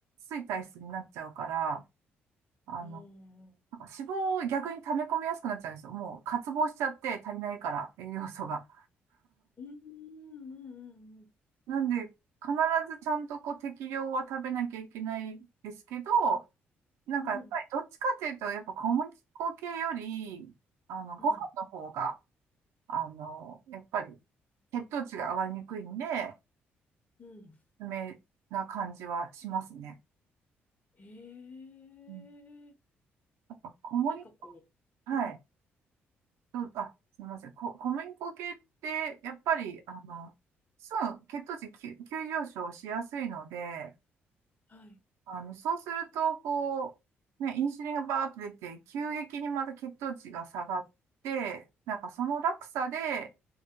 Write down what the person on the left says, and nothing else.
うん。おー。
うんうんうんうん
うん。
うん
うん。
えー。
なんかこ
う、うん。
はい。